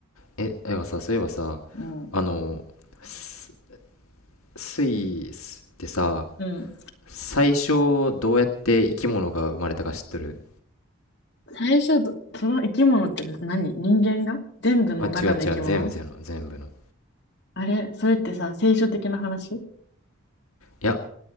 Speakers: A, on the left; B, on the left.
A: え、でもさ、そういえばさ、
B: うん。
A: あのススイスってさ、
B: うん。
A: 最初どうやって生き物が生まれたか知っとる
B: 最初ど、その生き物ってな何人間が全部の中の生き物
A: あ、違う違う、全部全部の、全部の。
B: あれそれってさ、聖書的な話
A: いや、